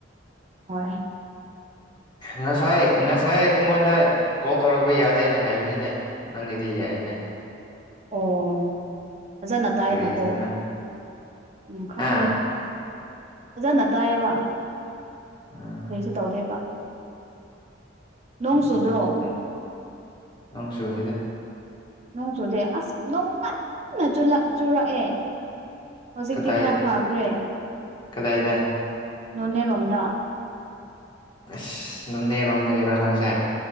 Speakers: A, on the right; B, on the left.
A: ꯍꯣꯏ
B: ꯉꯁꯥꯏ ꯉꯁꯥꯏ ꯏꯣꯣꯟꯗ ꯀꯣꯜ ꯇꯧꯔꯛꯄ ꯌꯥꯗꯦꯅ ꯍꯥꯏꯕꯅꯤꯅꯦ ꯅꯪꯒꯤꯗꯤ ꯌꯥꯏꯅꯦ
A: ꯑꯣ ꯐꯖꯅ ꯇꯥꯏꯅꯀꯣ
B: ꯀꯔꯤꯒꯤꯅꯣꯅꯦ
A: ꯎꯈꯪꯗꯦ
B: ꯍꯥ
A: ꯐꯖꯅ ꯇꯥꯏꯌꯦꯕ
B: ꯎꯝ
A: ꯀꯩꯁꯨ ꯇꯧꯗꯦꯕ ꯅꯣꯡ
B: ꯎꯝ
A: ꯆꯨꯗ꯭ꯔꯣ
B: ꯅꯣꯡ ꯁꯨ ꯑꯗꯨꯗ
A: ꯅꯣꯡ ꯆꯨꯗꯦ ꯑꯁ ꯅꯣꯡ ꯀꯟꯅ ꯆꯨꯔꯛꯑꯦ ꯍꯧꯖꯤꯛꯇꯤ
B: ꯀꯗꯥꯏ
A: ꯈꯔ ꯐꯈ꯭ꯔꯦ
B: ꯀꯗꯥꯏꯗ
A: ꯅꯣꯅꯦꯔꯣꯝꯗ
B: ꯑꯁ ꯅꯣꯅꯦꯔꯣꯝꯗꯒꯤꯔ ꯅꯪꯁꯦ